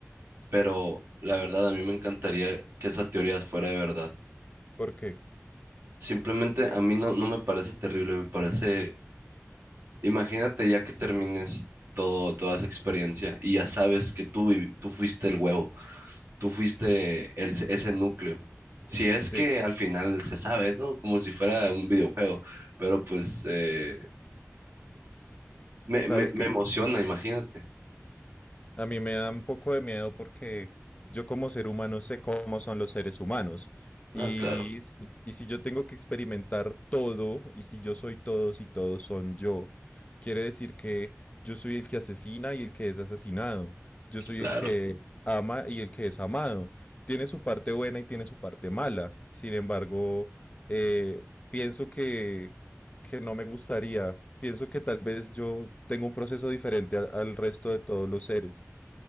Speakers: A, on the right; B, on the left.
A: pero la verdad a mí me encantaría que esa teoría fuera de verdad.
B: ¿por qué
A: Simplemente a mí no, no me parece terrible, me parece, imagínate ya que termines todo, toda esa experiencia y ya sabes que tú, vivi- tú fuiste el huevo, tú fuiste el- ese núcleo. Si es
B: sí,
A: que al final se sabe, ¿no? Como si fuera un videojuego, pero pues eh, me,
B: ¿sabes
A: me, me
B: qué es
A: emociona,
B: lo que pasa?
A: imagínate.
B: A mí me da un poco de miedo porque yo como ser humano sé cómo son los seres humanos. Y,
A: Ah, claro,
B: y si yo tengo que experimentar todo, y si yo soy todos y todos son yo, quiere decir que yo soy el que asesina y el que es asesinado. Yo soy
A: claro.
B: el que ama y el que es amado. Tiene su parte buena y tiene su parte mala. Sin embargo, eh, pienso que, que no me gustaría. Pienso que tal vez yo tengo un proceso diferente a- al resto de todos los seres.